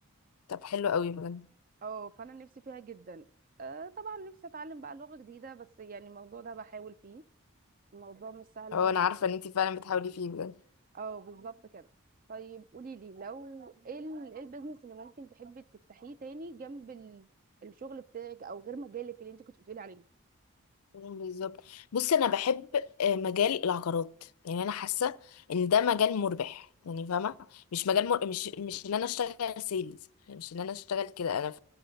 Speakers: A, on the left; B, on the right.
A: طب حلو قوي بجد
B: اه فانا نفسي فيها جدا آه طبعا نفسي اتعلم بقى لغه جديده بس يعني الموضوع ده بحاول فيه الموضوع مش سهل
A: اه
B: بالنسبه
A: انا عارفة ان انتي فعلا بتحاولي فيه بجد
B: اه بالظبط كده طيب قولي لي لو ايه ال- إيه البيزنس اللي ممكن تحبي تفتحيه تاني جنب ال... الشغل بتاعك او غير مجالك اللي انت كنت بتقولي عليه
A: بالظبط بص انا بحب آه، مجال العقارات يعني انا حاسه ان ده مجال مربح يعني فاهمه مش مجال مر... مش مش ان انا اشتغل سيلز يعني مش ان انا اشتغل كده انا